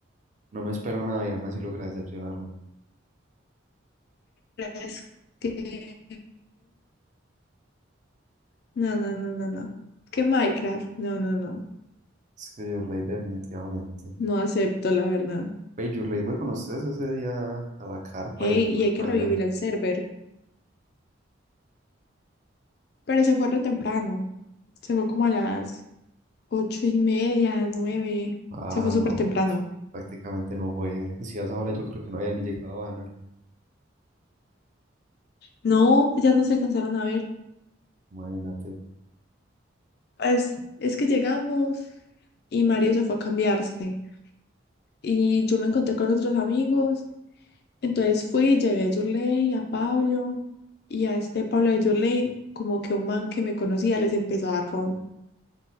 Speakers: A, on the right; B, on the left.
A: No me esperó nada y aún así logra decepcionarme.
B: Es que... No, no, no, no, no. Que Minecraft. No, no, no.
A: Es que Yurley definitivamente.
B: No acepto, la verdad.
A: Ve, Yurley fue con ustedes ese día a la carpa
B: Ey,
A: y después
B: y hay que
A: para
B: revivir
A: allá.
B: el server. Pero se fue re temprano. Se fue como a las Ocho y media, nueve.
A: Ah,
B: Se fue súper
A: no,
B: temprano.
A: prácticamente no fue. Si a esa hora yo creo que no había ni llegado Ana,
B: No, pues ya no se alcanzaron a ver.
A: imagínate.
B: Pues es que llegamos y Mario se fue a cambiarse. Y yo me encontré con otros amigos. Entonces fui, llevé a Yurley, a Pablo y a este Pablo de Yurley, como que un man que me conocía les empezó a dar ron.